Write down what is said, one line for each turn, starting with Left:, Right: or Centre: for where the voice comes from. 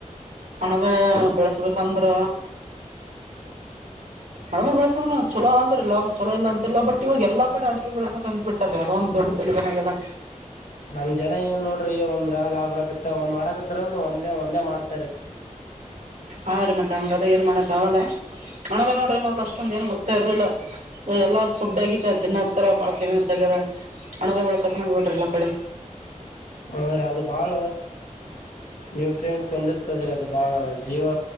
Right: ಹಣಬೆ ಬೆಲೆ <inaudible> ಪಂದ್ರ ಅಡಮೆ ಬೆಳಸೋದ್ರ ಚಲೋ ಆದ್ರ ಇಲ್ಲ ಚಲ ಇಲ್ಲ ಅಂತಿಲ್ಲ ಬಟ್ ಇವಾಗ ಎಲ್ಲ ಕಡೆ ಅಮೆ ಬೆಳಸಕ ಅಂದ್ಬಟ್ಟು ಅದೊಂದು ದೊಡ್ಡ ತ ಬಾಗಲ್ಲ
Left: ನಮ್ ಜನ ಏನ್ ನೋಡ್ರಿ ಒಂದ್ರ ಲಾಭ ಬರಕತ್ತ ಒಂದ್ ಮಾಡಕತ್ತ ಒಂದ ಒಂದೇ ಒಂದು ಮಾಡ್ತಾರೆ <inaudible>
Right: ಹಾ ರ ಮತ್ತೆ ಹಂಗಲ್ಲ ಏನ್ ಮಾಡಕ್ ಆಗಲ್ಲ ಅಣವೆ ನೋಡ ಮದ್ಲು ಅಷ್ಟೊಂದ ಏನು ಗೊತ್ತಾ ಇರ್ಲಿಲ್ಲ ಎಲ್ಲ ಫುಡ್ ಆಗ ತಿನ್ನತ್ತರ ಬಾಳ ಫೇಮಸ್ ಆಗ್ಯದ ಅಣವೆ ಬೆಳಸಕ ಬಿಟ್ರಿಲ್ಲ ಆ ಕಡೆ
Left: ಹ ರೀ ಅದು ಬಾಳ ನ್ಯೂಟ್ರಿಯನ್ಟ್ಸ್ ಒಂದಿರ್ತದ್ರೀ ಅದು ಬಾಳ ಜೀವ